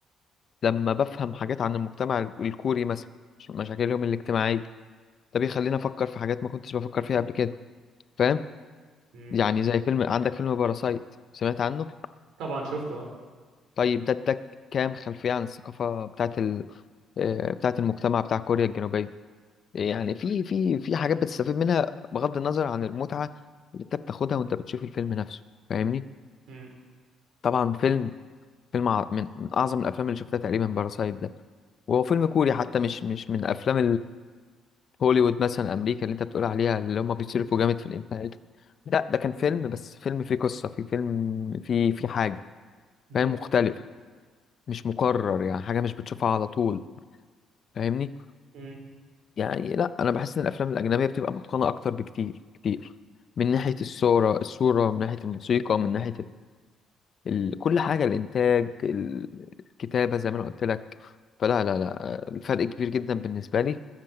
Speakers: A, on the left; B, on the right.
A: لما بفهم حاجات عن المجتمع الكوري مثلا مش- مشاكلهم الاجتماعية ده بيخليني أفكر في حاجات ما كنتش بفكر فيها قبل كده فاهم
B: مم.
A: يعني زي فيلم عندك فيلم باراسايت سمعت عنه
B: طبعا شفته آه.
A: طيب ده اداك كام خلفية عن الثقافة بتاعت ال... آه، بتاعت المجتمع بتاع كوريا الجنوبية يعني في في في حاجات بتستفيد منها بغض النظر عن المتعة اللي انت بتاخدها وانت بتشوف الفيلم نفسه فاهمني
B: مم.
A: طبعا فيلم فيلم ع- من من أعظم الأفلام اللي شفتها تقريبا باراسايت ده وهو فيلم
B: مم.
A: كوري حتى مش مش من أفلام هوليوود مثلا امريكا اللي انت بتقول عليها اللي هم بيصرفوا جامد في الانتاج لا ده كان فيلم بس فيلم فيه قصه فيه فيلم فيه فيه حاجه
B: مم.
A: فاهم مختلف مش مكرر يعني حاجه مش بتشوفها على طول فاهمني
B: مم.
A: يعني لا انا بحس ان الافلام الاجنبيه بتبقى متقنه اكتر بكتير كتير من ناحيه الصوره الصوره من ناحيه الموسيقى من ناحيه ال... كل حاجة الإنتاج ال- الكتابة زي ما أنا قلت لك فلا لا لا الفرق كبير جدا بالنسبة لي